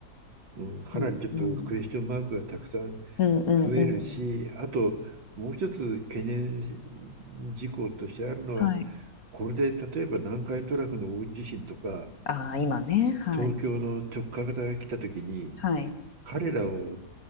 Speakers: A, on the right; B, on the left.
A: うん、かなりちょっとクエスチョンマークがたくさん
B: うんうん。うんうんうん。
A: 増えるしあともう一つ懸念事項としてあるのは
B: はい。
A: これで例えば南海トラフの大地震とか、
B: ああ、今ね。はい。
A: 東京の直下型が来た時に、
B: はい。
A: 彼らを